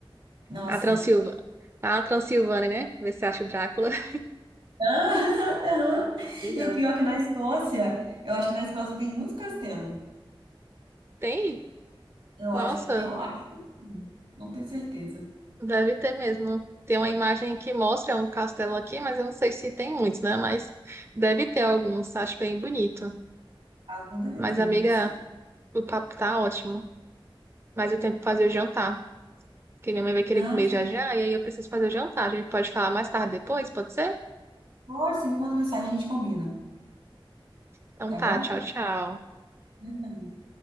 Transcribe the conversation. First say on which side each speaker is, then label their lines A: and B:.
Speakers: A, on the right (about 80°); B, on the right (about 25°).
A: Nossa.
B: A Transilva, a Transilvânia, né? Ver se acha o Drácula. <laughs>
A: Ah, <laughs> aham.
B: Legal.
A: E o pior é que na Escócia, eu acho que na Escócia tem muito castelo.
B: Tem?
A: Eu
B: Nossa,
A: acho que, eu acho que sim. Não tenho certeza.
B: Deve ter mesmo. Tem uma imagem que mostra um castelo aqui, mas eu não sei se tem muitos, né? Mas deve ter alguns, acho bem bonito.
A: Algum deve
B: Mas,
A: ter,
B: amiga,
A: não é possível.
B: o papo tá ótimo. Mas eu tenho que fazer o jantar, porque minha mãe vai querer
A: Ah,
B: comer
A: sim.
B: já já, e aí eu preciso fazer o jantar. A gente pode falar mais tarde depois, pode ser?
A: Pode, você me manda mensagem, a gente combina,
B: Então
A: tá
B: tá,
A: bom?
B: tchau, tchau.
A: Não. não.